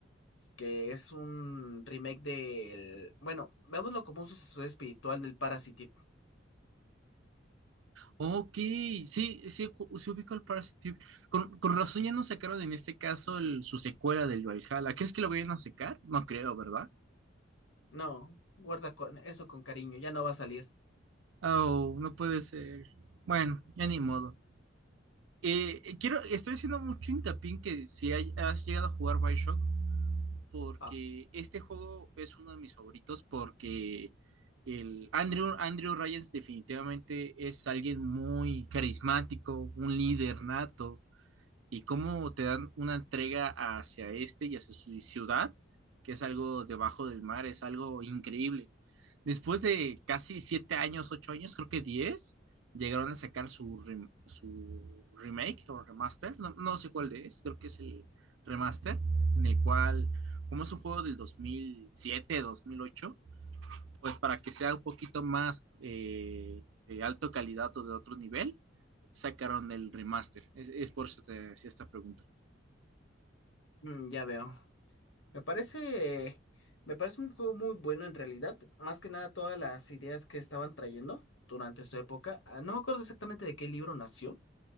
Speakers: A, on the left; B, on the right.
A: que es un remake del, bueno, veámoslo como un sucesor espiritual del Parasite.
B: Ok, sí, sí, cu- sí ubico el Parasite. Con, con razón ya no sacaron en este caso el- su secuela del Valhalla. ¿Crees que lo vayan a sacar? No creo, ¿verdad?
A: No, guarda con eso con cariño, ya no va a salir.
B: Oh, no puede ser. Bueno, ya ni modo. Eh, eh, quiero, estoy haciendo mucho hincapié en que si hay- has llegado a jugar Bioshock, porque
A: Ah,
B: este juego es uno de mis favoritos, porque el Andrew, Andrew Ryan definitivamente es alguien muy carismático, un líder nato. y cómo te dan una entrega hacia este y hacia su ciudad, que es algo debajo del mar, es algo increíble. Después de casi siete años, ocho años, creo que diez, llegaron a sacar su, rem- su remake o remaster, no, no sé cuál de es, creo que es el remaster, en el cual, como es un juego del dos dos mil siete dos mil ocho pues para que sea un poquito más eh, de alta calidad o de otro nivel, sacaron el remaster. Es, es por eso te hacía esta pregunta.
A: mm, ya veo. Me parece, me parece un juego muy bueno en realidad. Más que nada todas las ideas que estaban trayendo durante su época. Ah, No me acuerdo exactamente de qué libro nació,